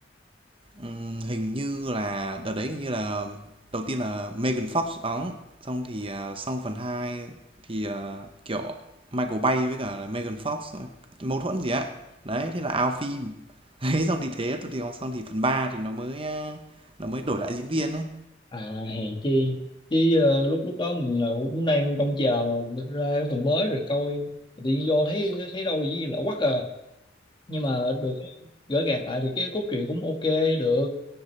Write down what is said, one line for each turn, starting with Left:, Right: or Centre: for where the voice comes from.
Right: Ừm, hình như là đợt đấy hình như là đầu tiên là Megan Fox đóng, xong thì, à, xong phần 2 thì, ờ, kiểu Michael Bay với cả là Megan Fox ờ, mâu thuẫn gì á. Đấy, thế là out phim. <laughs> Đấy, xong thì thế, xong thì xong thì phần 3 thì nó mới, a, nó mới đổi lại diễn viên ấy.
Left: à hèn chi chứ ờ, lúc lúc đó mình ờ, cũng đang trông chờ mà ra cái phần mới rồi coi tự nhiên vô thấy thấy đâu gì lạ quắc à nhưng mà được cái gỡ gạc lại thì cái cốt truyện cũng ok được